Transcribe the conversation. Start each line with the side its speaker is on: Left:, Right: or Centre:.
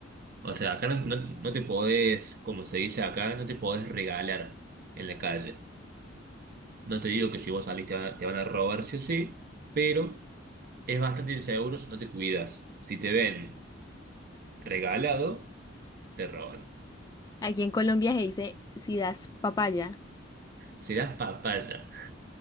Right: O sea, acá no, no- no te podés, como se dice acá, no te podés regalar en la calle. No te digo que si vos salís te van a, te van a robar, sí o sí, pero Es bastante inseguro si no te cuidas. Si te ven regalado, te roban.
Left: Aquí en Colombia se dice si das papaya.
Right: Si das papaya.